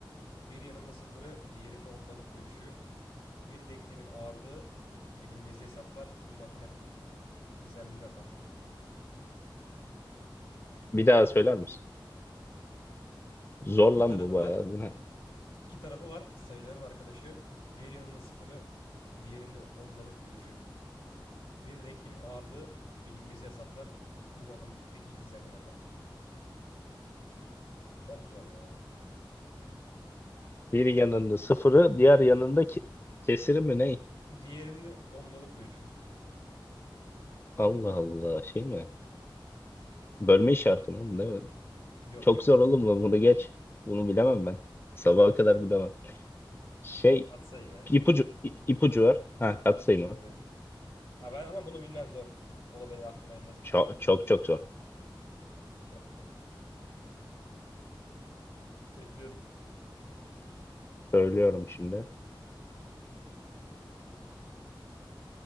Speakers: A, on the left (about 85°); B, on the left (about 25°).
A: Bir yanında sıfırı, diğerinde ondalık bölüşü. Bir denklemin ağırlığı bilinmezi hesaplar. Bu matematik gizemli rakamlar.
B: Bir daha söyler
A: Yani
B: misin? Zor
A: iki
B: lan
A: tarafı
B: bu bayağı.
A: var.
B: Bu ne?
A: İki tarafı var. Sayıların arkadaşı. Bir yanında sıfırı, diğerinde ondalık bölüşü. Bir denklemin ağırlığı bilinmezi hesaplar. Bu matematikteki gizemli rakamlar. Çok zor ya bu.
B: Bir yanında sıfırı diğer yanında ki- kesiri mi ne?
A: Diğerinde ondalık bölüşü.
B: Allah Allah şey mi? Bölme işareti mi oğlum, değil mi?
A: Yok
B: Çok
A: yok.
B: zor oğlum bu, bunu geç. Bunu bilemem ben. Sabaha kadar bilemem. Şey
A: Katsayı ya.
B: ipucu i- ipucu var. Ha katsayı
A: Söyledim.
B: mı?
A: Ya ben ama bunu bilmem zor. Bunu benim aklıma elmez büyük
B: Çok
A: ihtimalle.
B: çok çok zor.
A: Çok zor. Bekliyorum.
B: Söylüyorum şimdi.